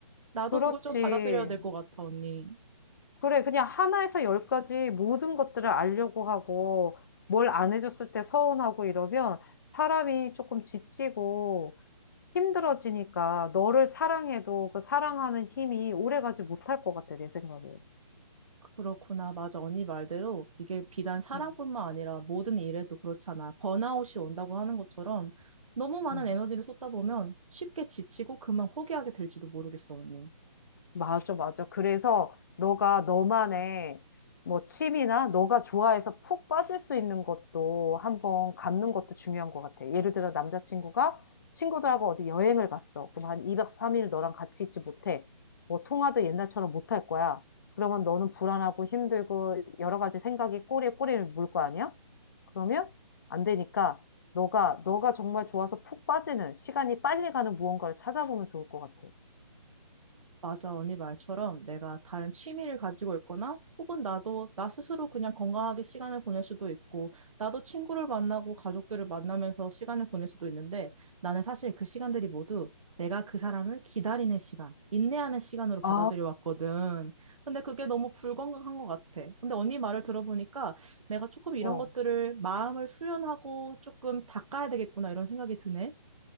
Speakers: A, on the right (about 70°); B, on the left (about 35°).
A: 나도
B: 그렇지.
A: 그걸 좀 받아들여야 될 것 같아, 언니.
B: 그래, 그냥 하나에서 열까지 모든 것들을 알려고 하고 뭘 안 해줬을 때 서운하고 이러면 사람이 조금 지치고 힘들어지니까 너를 사랑해도 그 사랑하는 힘이 오래가지 못할 것 같아, 내 생각에.
A: 그렇구나. 맞아. 언니 말대로 이게 비단 사랑뿐만
B: 음,
A: 아니라 모든 일에도 그렇잖아. 번아웃이 온다고 하는 것처럼 너무 많은
B: 음.
A: 에너지를 쏟다 보면 쉽게 지치고 그만 포기하게 될지도 모르겠어, 언니.
B: 맞아, 맞아. 그래서 너가 너만의 뭐 취미나 너가 좋아해서 푹 빠질 수 있는 것도 한번 갖는 것도 중요한 것 같아. 예를 들어 남자친구가 친구들하고 어디 여행을 갔어. 그럼 한 2박 3일 너랑 같이 있지 못해. 뭐 통화도 옛날처럼 못할 거야. 그러면 너는 불안하고 힘들고 여러 가지 생각이 꼬리에 꼬리를 물 거 아니야? 그러면 안 되니까 너가 너가 정말 좋아서 푹 빠지는 시간이 빨리 가는 무언가를 찾아보면 좋을 것 같아.
A: 맞아, 언니 말처럼 내가 다른 취미를 가지고 있거나 혹은 나도 나 스스로 그냥 건강하게 시간을 보낼 수도 있고 나도 친구를 만나고 가족들을 만나면서 시간을 보낼 수도 있는데 나는 사실 그 시간들이 모두 내가 그 사람을 기다리는 시간, 인내하는 시간으로 받아들여
B: 아,
A: 왔거든. 근데 그게 너무 불건강한 것 같아. 근데 언니 말을 들어보니까 내가 조금 이런
B: 어.
A: 것들을 마음을 수련하고 조금 닦아야 되겠구나 이런 생각이 드네.